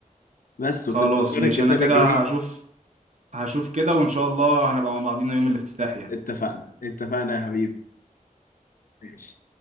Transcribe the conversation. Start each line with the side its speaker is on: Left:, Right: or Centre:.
Left: بس
Right: خلاص
Left: وفي انتظار
Right: ماشي
Left: الكتاب
Right: انا كده
Left: الجديد
Right: هشوف هشوف كده وان شاء الله هنبقى مع بعضينا يوم الافتتاح يعني
Left: اتفقنا اتفقنا يا حبيبي ماشي